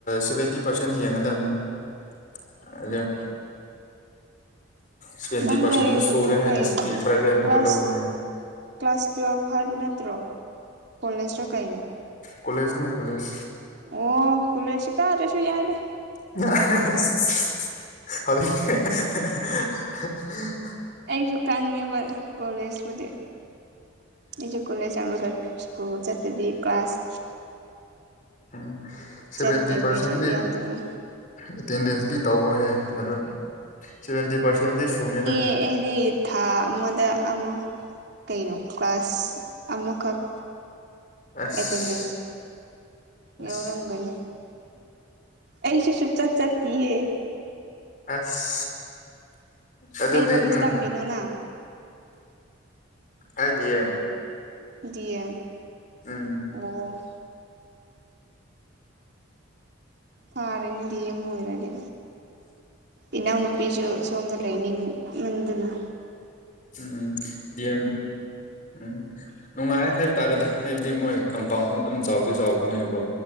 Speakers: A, on the left; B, on the right.
A: ꯁꯚꯦꯟꯇꯤ ꯄꯥꯔꯁꯦꯟ ꯌꯦꯡꯒꯗꯕꯅꯤ꯫ <unintelligible> ꯁꯚꯦꯟꯇꯤ
B: ꯅꯪ
A: ꯄꯔꯁꯦꯟꯗꯤ
B: ꯂꯩꯕꯗꯣ
A: ꯁꯨꯔꯦꯍꯦ
B: ꯀꯩꯅꯣ
A: ꯅꯁꯤꯗꯤ ꯄꯔꯚꯦꯠ ꯑꯃꯨꯛꯀ
B: ꯀ꯭ꯂꯥꯁ
A: ꯂꯧꯕꯅꯦ꯫
B: ꯀ꯭ꯂꯥꯁ ꯇꯨꯌꯦꯜꯐ ꯍꯥꯏꯕ ꯅꯠꯇ꯭ꯔꯣ? ꯀꯣꯂꯦꯖꯔ ꯀꯩꯅꯣ?
A: ꯀꯣꯂꯦꯖꯅꯦ ꯀꯣꯂꯦꯖ꯫
B: ꯑꯣ ꯀꯨꯂꯦꯖꯇꯤ ꯀꯥꯗ꯭ꯔꯥꯁꯨ ꯌꯥꯏꯗ꯫
A: <unintelligible>
B: ꯑꯩꯁꯨ ꯀꯪꯉꯤꯕ ꯀꯣꯂꯦꯖꯄꯨꯗꯤ꯫ ꯑꯩꯁꯨ ꯀꯣꯂꯦꯖ ꯌꯥꯝꯒꯔ ꯏꯁꯀꯨꯜ ꯆꯠꯕꯤ ꯀ꯭ꯂꯥꯁ
A: ꯎꯝ ꯁꯦꯚꯦꯟꯇꯤ
B: ꯆꯠꯇꯦꯕ
A: ꯄꯥꯔꯁꯦꯟꯗꯤ,
B: ꯑꯩꯁꯨ ꯌꯥꯎꯗꯦꯕ
A: ꯑꯦꯇꯦꯟꯗꯦꯟꯁꯇꯤ ꯇꯧꯍꯦ ꯑꯗꯨꯝ ꯁꯚꯦꯟꯇꯤ ꯄꯥꯔꯁꯦꯟꯗꯤ ꯁꯨꯅꯤꯗ꯫
B: ꯑꯦ ꯑꯩꯗꯤ, ꯊꯥ ꯑꯃꯗ ꯑꯃ ꯀꯩꯅꯣ ꯀ꯭ꯂꯥꯁ ꯑꯃꯈꯛ,
A: ꯑꯁ
B: ꯑꯦꯇꯦꯟꯗꯦꯟꯁ,
A: ꯑꯁ
B: ꯌꯥꯎꯔꯝꯒꯅꯤ ꯑꯩꯁꯨ ꯁꯨꯛ ꯆꯠ ꯆꯠꯇꯤꯌꯦ꯫
A: ꯑꯁ ꯑꯗꯨꯗꯤ
B: ꯀꯩ ꯀꯣꯂꯦꯖ
A: ꯎꯝ꯫
B: ꯇꯝꯃꯤꯅꯣ ꯅꯪ
A: ꯀꯥꯏꯗꯤꯌꯦ꯫
B: ꯗꯤꯑꯦꯝ
A: ꯎꯝ
B: ꯑꯣ ꯐꯥꯔꯦꯅꯦ ꯗꯤ ꯑꯦꯝ ꯑꯣꯏꯔꯗꯤ ꯏꯅꯥꯎ ꯅꯨꯄꯤꯁꯨ ꯑꯁꯣꯝꯗ ꯂꯩꯅꯤꯡ ꯃꯟꯗꯅ,
A: ꯎꯝ ꯗꯤꯑꯦꯝ ꯎꯝ ꯅꯨꯡꯉꯥꯏ ꯍꯥꯏ ꯇꯥꯔꯦꯗ ꯍꯥꯏꯕꯗꯤ ꯃꯣꯏ ꯀꯝꯄꯥꯎꯟꯁꯨ ꯑꯗꯨꯝ ꯆꯥꯎꯗꯤ ꯆꯥꯎꯕꯅꯤꯅꯀꯣ